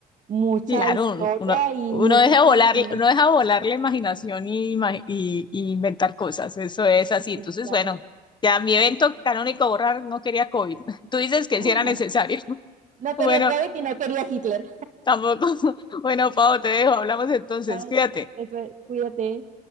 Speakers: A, on the right; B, on the left.
A: mucha
B: Claro,
A: historia
B: un- uno,
A: y
B: uno
A: muchos
B: deja
A: conocimientos.
B: volar, uno deja volar la imaginación y, ima- y- y inventar cosas, eso es así.
A: Sí,
B: Entonces,
A: claro.
B: bueno, ya mi evento canónico borrar no quería COVID. <laughs> Tú dices que
A: <laughs>
B: sí era necesario. <laughs>
A: No
B: Bueno,
A: quería COVID y no quería Hitler.
B: tampoco. <laughs> Bueno, Pau, te dejo, hablamos entonces,
A: Bye.
B: cuídate.
A: Efe, Cuídate.